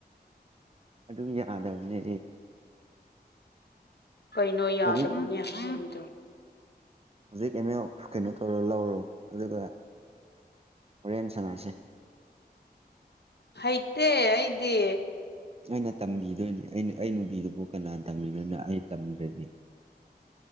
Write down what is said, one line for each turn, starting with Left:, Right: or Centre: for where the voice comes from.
Right: ꯑꯗꯨ ꯌꯥꯗꯕꯅꯦ
Left: ꯀꯩꯅꯣ ꯌꯥꯗꯕꯅꯦ
Right: ꯍꯧꯖꯤꯛ
Left: ꯍꯥꯏꯕꯗꯣ
Right: ꯍꯧꯖꯤꯛ ꯑꯦꯝꯑꯦꯜ ꯀꯩꯅꯣ ꯇꯧꯔ ꯂꯧꯔꯣ ꯑꯗꯨꯒ ꯍꯣꯔꯦꯟ ꯁꯥꯟꯅꯔꯁꯦ
Left: ꯍꯩꯇꯦ ꯑꯩꯗꯤ
Right: ꯑꯩꯅ ꯇꯝꯕꯤꯗꯣꯏꯅꯤ ꯑꯩꯅ ꯑꯩ ꯅꯨꯄꯤꯗꯨꯕꯨ ꯀꯅꯥ ꯇꯝꯕꯤꯗꯣꯏꯅꯣ ꯑꯩ ꯇꯝꯗ꯭ꯔꯗꯤ